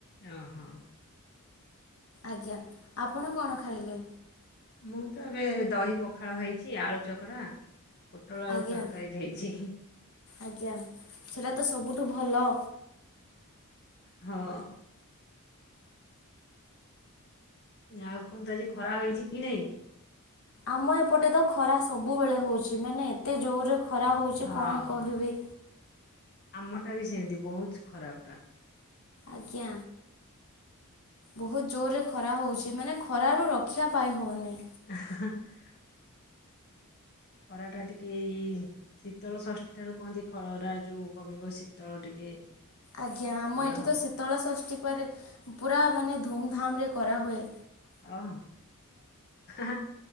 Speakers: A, on the left; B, on the left.
A: ଓ ହୋ
B: ଆଜ୍ଞା ଆପଣ କଣ ଖାଇଲେ
A: ମୁଁ ତ ଏବେ ଦହି ପଖାଳ ଖାଇଛି ଆଳୁ ଚକଡା ପୋଟଳ ଆଳୁ
B: ଆଜ୍ଞା
A: ତରକାରୀ ଖାଇଛି
B: ଆଜ୍ଞା ସେଟା ତ ସବୁ ଟୁ ଭଲ
A: ହଁ ଆଉ କୁହନ୍ତୁ ଆଜି ଖରା ହେଇଛି କି ନାଇଁ
B: ଆମ ଏପଟେ ତ ଖରା ସବୁବେଳେ ହଉଛି ମାନେ ଏତେ ଜୋରରେ ଖ ଖରା ହେଉଛି
A: ହଁ
B: କଣ କହିବି
A: ଆମଟା ବି ସେମିତି ବହୁତ ଖରାପଟା।
B: ଆଜ୍ଞା ବହୁତ ଜୋରରେ ଖରା ହଉଛି ମାନେ ଖରାରୁ ରକ୍ଷା ପାଇ ହଉନି।
A: <unintelligible> ଖରା ଟା ଟିକେ ଶୀତଳ ଷଷ୍ଠୀ ଠାରୁ କୁହନ୍ତି ଖରା ଯୋଉ କମିବ। ଶୀତଳ ଟିକେ
B: ଆଜ୍ଞା ଆମ
A: ଇଏ
B: ଏଠି
A: ହବ
B: ତ ଶୀତଳ ଷଷ୍ଠୀ ଉପରେ ପୁରା ମାନେ ଧୁମଧାମ ରେ କରା ହୁଏ।
A: ଅ ହଁ ହେଁ